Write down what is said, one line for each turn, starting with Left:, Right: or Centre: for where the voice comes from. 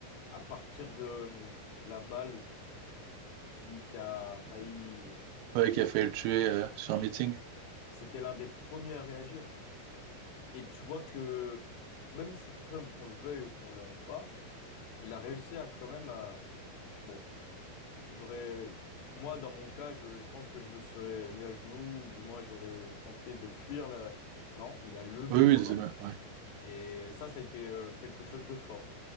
Left: à partir de euh, la balle qui, qui a failli
Right: Ouais,
Left: tuer.
Right: qui a
Left: Trump,
Right: failli le tuer
Left: tu vois.
Right: euh, sur un meeting.
Left: C'était l'un des premiers à réagir. Et tu vois que même si Trump, qu'on le veuille ou qu'on l'aime pas, il a réussi à quand même... à- Bon, j'aurais... Moi, dans mon cas, je, je pense que je me serais mis à genoux, ou du moins j'aurais tenté de fuir. la- Non, il a levé
Right: Oui,
Left: le
Right: oui,
Left: bras.
Right: c'est bien, ouais.
Left: Et ça, ça a été euh, quelque chose de fort.